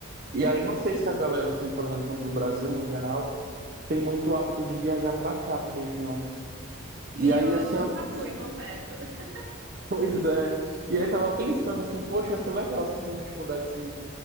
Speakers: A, on the right; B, on the right.
A: E aí não sei se a galera, assim, por exemplo, do Brasil no geral, tem muito hábito de viajar pra cá, pra região.
B: Meu,
A: E aí,
B: eu
A: assim, eu-
B: nunca
A: <laughs>
B: fui, confesso. <laughs>
A: pois é. E aí tava pensando assim, poxa, ia ser legal se a gente pudesse